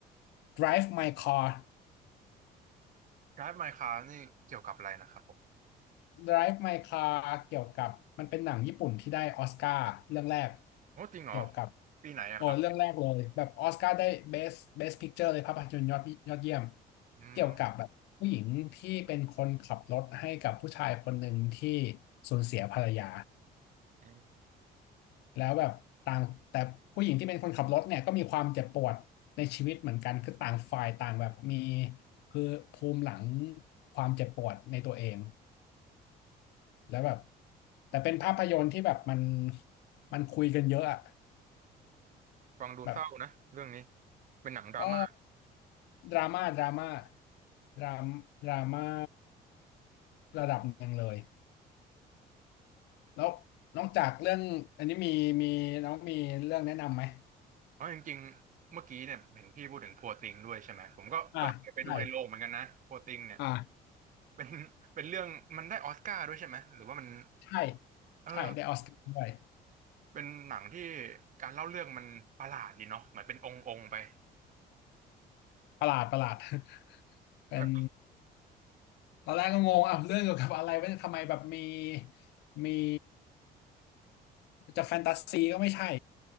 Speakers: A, on the left; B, on the right.
A: Drive My Car
B: การ์ดไมค้านี่เกี่ยวกับอะไรนะครับผม
A: Drive My Car เกี่ยวกับมันเป็นหนังญี่ปุ่นที่ได้ออสการ์เรื่องแรก
B: โอ้จริงเหรอ
A: เกี่ยวกับ
B: ปีไหนอะครับ
A: โอ้เรื่องแรกเลยแบบออสการ์ได้ Best Best Picture เลยภาพยนตร์ยอดยอดเยี่ยม
B: อืม
A: เกี่ยวกับแบบผู้หญิงที่เป็นคนขับรถให้กับผู้ชายคนหนึ่งที่สูญเสียภรรยา
B: อืม
A: แล้วแบบต่างแต่ผู้หญิงที่เป็นคนขับรถเนี่ยก็มีความเจ็บปวดในชีวิตเหมือนกันคือต่างฝ่ายต่างแบบมีคือภูมิหลังความเจ็บปวดในตัวเอง แล้วแบบแต่เป็นภาพยนตร์ที่แบบมันมันคุยกันเยอะอะ
B: ฟังดูเศร้านะเรื่องนี้
A: แบบ
B: เป็นหนังดราม่า
A: ก็ดราม่าดราม่าดรามดราม่าระดับหนึ่งเลยแล้วนอกจากเรื่องอันนี้มีมีน้องมีเรื่องแนะนำไหม
B: เพราะจริงๆเมื่อกี้เนี่ยเห็นพี่พูดถึงพัวติงด้วยใช่ไหมผมก็ก็เคยไปดูในโรงเหมือนกันนะพัวติงเนี่ย
A: อ่าใช่อ่า
B: เป็นเป็นเรื่องมันได้ออสการ์ด้วยใช่ไหมหรือว่ามัน
A: ใช่
B: เออ
A: ใช่ได้ออสการ์ด้วย
B: เป็นหนังที่การเล่าเรื่องมันประหลาดดีเนาะเหมือนเป็นองค์องค์ไป
A: ประหลาดประหลาด <laughs> เป็น
B: แล้วก็
A: ตอนแรกก็งงอ่ะเรื่องเกี่ยวกับอะไรวะเนี่ยทำไมแบบมีมีจะแฟนตาซีก็ไม่ใช่